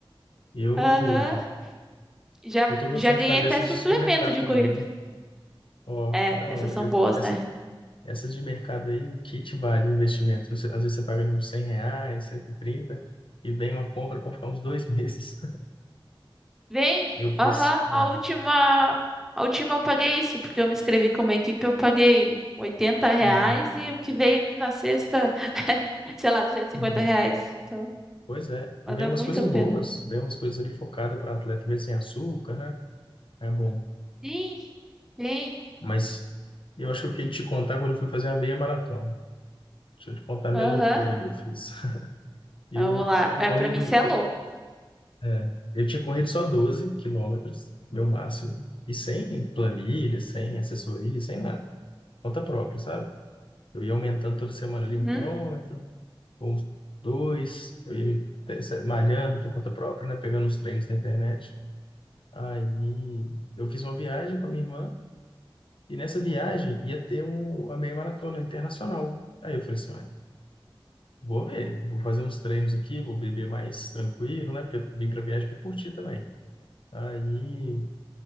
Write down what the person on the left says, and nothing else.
Eu,
eu tô gostando
de fazer
essas
de supermercado
também,
viu? Ó,
que da
hora.
Eu,
essas
Essas de mercado aí, o que que vale o investimento? Você- Às vezes você paga ali uns 100 reais, cento e trinta e vem uma compra para ficar uns dois <laughs> meses.
Eu fiz.
é.
Uhum,
uhum.
Pois é.
E vem umas
coisas
boas, vem umas coisas ali focadas para atleta, mesmo sem açúcar, né? É bom.
Mas eu acho que eu fiquei de te contar quando eu fui fazer a meia maratona. Deixa eu te contar a minha
loucura que eu fiz. <laughs>
Eu,
tinha
corrido,
eu
ti- é, eu tinha corrido só 12 quilômetros, meu máximo. E sem planilha, sem assessoria, sem nada. conta própria, sabe? Eu ia aumentando toda semana ali
um quilômetro, ou uns dois, eu ia me te- se- malhando por conta própria, né? Pegando os treinos na internet. Aí eu fiz uma viagem com a minha irmã, e nessa viagem ia ter um, a meia maratona internacional. Aí eu falei assim, olha, vou ver, vou fazer uns treinos aqui, vou beber mais tranquilo, né? Porque eu vim pra viagem para curtir também. Aí